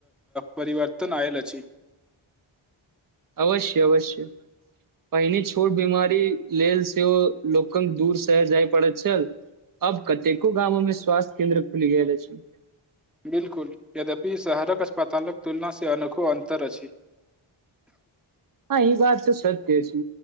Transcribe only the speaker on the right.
अवश्य अवश्य पहिनी छोट बीमारी लेल सेहो लोकंग दूर शहर जाइ पड़ैत छै अब कतेको गामोमें स्वास्थ्य केंन्द्र खुलि गेल अछि
हँ ई बात तऽ सत्य अछि